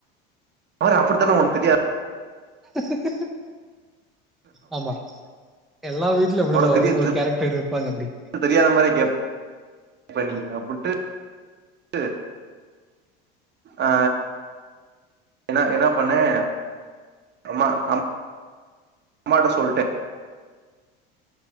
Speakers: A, on the right; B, in the centre.
A: அவரு அப்புடித்தான உனக்கு தெரியாது
B: க் கு கூ ஆமா எல்லா வீட்லு அப்படிதா
A: உனக்கு
B: வரு
A: தெரிய
B: ஒரு கேரக்டர் இருப்பாங்க அப்டி
A: தெரியாத மாரியே கேப் பணி அப்புன்ட்டு எ ஆ எனா எனா பண்னே அம்மா அம் அம்மாட்ட சொல்ட்டே